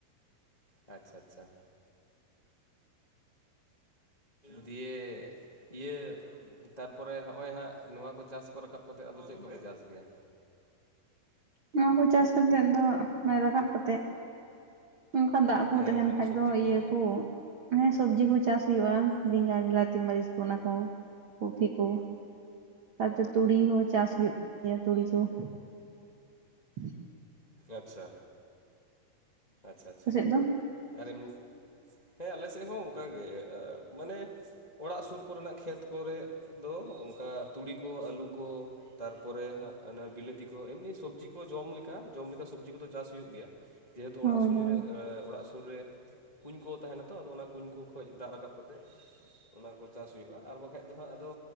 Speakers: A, on the left; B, on the right.
A: ᱟᱪᱪᱷᱟ ᱟᱪᱪᱷᱟ᱾ ᱫᱤᱭᱮ ᱤᱭᱟᱹᱼᱼ ᱛᱟᱨᱯᱚᱨᱮ ᱦᱚᱜ ᱚᱭ ᱦᱟᱸᱜ ᱱᱚᱣᱟ ᱠᱚ ᱪᱟᱥ ᱠᱚ ᱨᱟᱠᱟᱵ ᱠᱟᱛᱮ ᱟᱫᱚ ᱪᱮᱫ ᱠᱚᱯᱮ ᱪᱟᱥ ᱜᱮᱭᱟ?
B: ᱱᱚᱣᱟ ᱠᱚ ᱪᱟᱥ ᱠᱟᱛᱮᱜ ᱫᱚ ᱨᱟᱠᱟᱵ ᱠᱟᱛᱮᱜ, ᱚᱱᱠᱟ ᱫᱟᱜ ᱠᱩ
A: ᱦᱮᱸ
B: ᱛᱟᱦᱮᱱ
A: ᱢᱟᱱᱮ
B: ᱠᱷᱟᱡ
A: ᱥᱚᱵᱽᱡᱤ
B: ᱫᱚ
A: ᱠᱚ
B: ᱤᱭᱟᱹ ᱠᱩ ᱥᱚᱵᱡᱤ ᱠᱩ ᱪᱟᱥ ᱦᱩᱭᱩᱜᱼᱟ ᱵᱮᱸᱜᱟᱲᱼᱼ ᱵᱤᱞᱟᱛᱤ ᱢᱟᱹᱨᱤᱪ ᱠᱩ ᱚᱱᱟ ᱠᱩ, ᱠᱚᱯᱷᱤ ᱠᱩ ᱛᱟᱯᱚᱨᱮ ᱛᱩᱲᱤ ᱦᱚᱸ ᱪᱟᱥ ᱦᱩᱭᱩᱜ ᱜᱮᱭᱟ ᱛᱩᱲᱤ ᱠᱩ, <unintelligible>
A: ᱟᱪᱪᱷᱟ ᱟᱪᱪᱷᱟ ᱟᱪᱪᱷᱟ
B: ᱟᱯᱮ ᱥᱮᱫ ᱫᱚ
A: ᱟᱨᱮᱢᱼᱼ ᱦᱮᱸ ᱟᱞᱮ ᱥᱮᱫ ᱦᱚᱸ ᱚᱱᱠᱟᱜᱮ ᱢᱟᱱᱮ ᱚᱲᱟᱜ ᱥᱩᱨ ᱠᱚᱨᱮᱱᱟᱜ ᱠᱷᱮᱛ ᱠᱚᱨᱮᱼᱼ ᱫᱚ ᱚᱱᱠᱟ ᱛᱩᱲᱤ ᱠᱚ ᱟᱹᱞᱩ ᱠᱚᱼᱼ ᱛᱟᱨᱯᱚᱨᱮ ᱦᱟᱜ ᱵᱤᱞᱟᱹᱛᱤ ᱠᱚ ᱮᱢᱱᱤ ᱥᱚᱵᱽᱡᱤ ᱠᱚ ᱡᱚᱢᱼᱼ ᱠᱟ ᱡᱚᱢ ᱞᱮᱠᱟ ᱥᱚᱵᱽᱡᱤ ᱠᱚᱫᱚ ᱪᱟᱥ ᱦᱩᱭᱩᱜ ᱜᱮᱭᱟ ᱡᱮᱦᱮᱛᱩ
B: ᱦᱳᱭ
A: ᱚᱲᱟᱜ ᱥᱩᱸ
B: ᱦᱳᱭ
A: ᱨᱮ᱾ ᱥᱩᱨ ᱨᱮ ᱠᱩᱧ ᱠᱚ ᱛᱟᱦᱮᱱᱟ ᱛᱚ ᱟᱫᱚ ᱚᱱᱟ ᱠᱩᱧ ᱠᱚ ᱠᱷᱚᱡ ᱫᱟᱜ ᱨᱟᱠᱟᱵ ᱠᱟᱛᱮ᱾ ᱚᱱᱟ ᱠᱚ ᱪᱟᱥ ᱦᱩᱭᱩᱜᱼᱟ ᱟᱨ ᱵᱟᱠᱟᱡ ᱫᱚ ᱦᱟᱸᱜ ᱟᱫᱚ